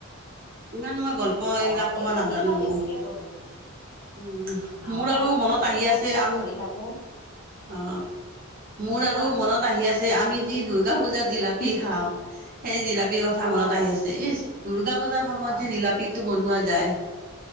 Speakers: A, on the right; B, on the left.
A: ইমান মই গল্প- হয়
B: অ
A: এইবিলাক ক'ব
B: এই মই
A: নাজানো।
B: কিতাপ বেছিকে
A: উম
B: পঢ়ো অ
A: মোৰ আৰু
B: অলপ
A: মনত
B: মই
A: আহি
B: কিতাপ
A: আছে
B: চিতাপ
A: আম-
B: পঢ়ি থাকো
A: অ। মোৰ আৰু
B: কোৱা
A: মনত আহি আছে। যে আমি যি দ দুৰ্গা পূজাত জিলাপি খাওঁ। সেই জিলাপিৰ কথা কথা মনত
B: অ
A: আহি আছে। ই দুৰ্গা পূজাৰ সময়ত
B: অ
A: যে জিলাপিটো বনোৱা যায়।